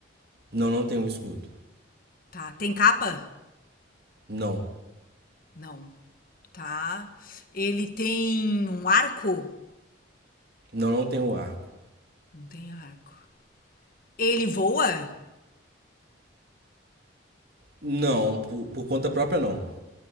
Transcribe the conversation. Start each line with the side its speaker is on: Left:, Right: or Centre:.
Right: Não, não tem um escudo.
Left: Tá. Tem capa?
Right: Não.
Left: Não. Tá. Ele tem um arco?
Right: Não, não tem um arco.
Left: Não tem arco. Ele voa?
Right: Não, por, por conta própria não.